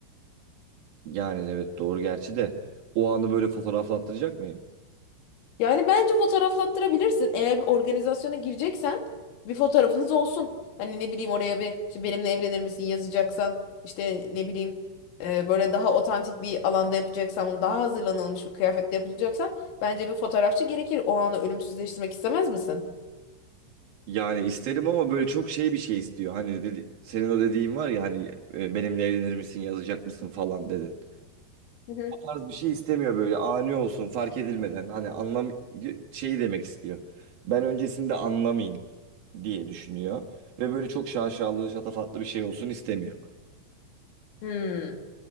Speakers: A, on the right; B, on the left.
A: Yani evet doğru gerçi de o anı böyle fotoğraflattıracak mıyım?
B: Yani bence fotoğraflattırabilirsin. Eğer bir organizasyona gireceksen bir fotoğrafınız olsun. Hani ne bileyim oraya bir işte benimle evlenir misin yazacaksan işte ne bileyim e, böyle daha otantik bir alanda yapacaksan bunu daha hazırlanılmış bir kıyafetle yapacaksan bence bir fotoğrafçı gerekir. O anı ölümsüzleştirmek istemez misin?
A: Yani isterim ama böyle çok şey bir şey istiyor. Hani dedi, senin o dediğin var ya hani e, benimle evlenir misin yazacak mısın falan dedin.
B: Hı hı.
A: tarz bir şey istemiyor böyle ani olsun fark edilmeden. Hani anlam şey demek istiyor. Ben öncesinde anlamayayım diye düşünüyor. Ve böyle çok şaşalı, şatafatlı bir şey olsun istemiyor.
B: Hmm.